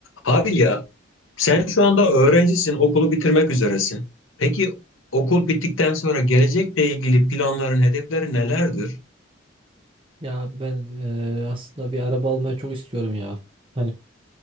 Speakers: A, on the left; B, on the right.
A: Abi ya sen şu anda öğrencisin, okulu bitirmek üzeresin. Peki okul bittikten sonra gelecekle ilgili planların, hedeflerin nelerdir?
B: Ya ben eee, aslında bir araba almayı çok istiyorum ya. Hani